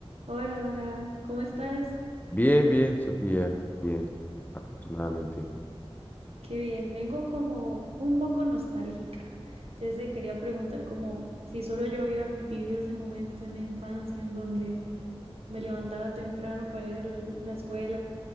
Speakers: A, on the right; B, on the left.
A: Hola, hola, ¿cómo estás?
B: Bien, bien, Sofía, bien, afortunadamente.
A: Qué bien, vengo como un poco nostálgica. Entonces te quería preguntar como si solo yo había vivido ese momento en la infancia en donde me levantaba temprano para ir a la escuela